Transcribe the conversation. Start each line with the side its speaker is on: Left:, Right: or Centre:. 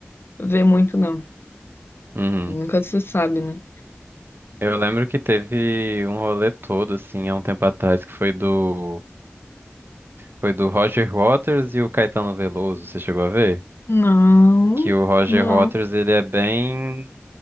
Left: ver muito não.
Right: uhum.
Left: Nunca se sabe, né?
Right: Eu lembro que teve um rolê todo, assim, há um tempo atrás, que foi do, foi do Roger Waters e o Caetano Veloso, você chegou a ver?
Left: Não.
Right: Que o Roger
Left: Não.
Right: Waters, ele é bem